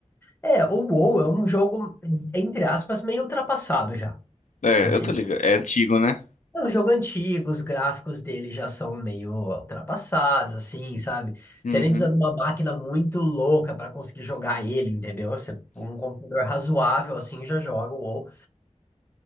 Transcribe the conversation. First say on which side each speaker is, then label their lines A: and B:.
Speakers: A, on the left; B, on the left.
A: É, o WoW é um jogo, entre aspas, meio ultrapassado já.
B: É,
A: Assim,
B: eu tô ligado. É antigo, né?
A: é um jogo antigo, os gráficos dele já são meio ultrapassados, assim, sabe?
B: Uhum.
A: Você nem precisa de uma máquina muito louca para conseguir jogar ele, entendeu? Você, um computador razoável, assim, já joga o WoW.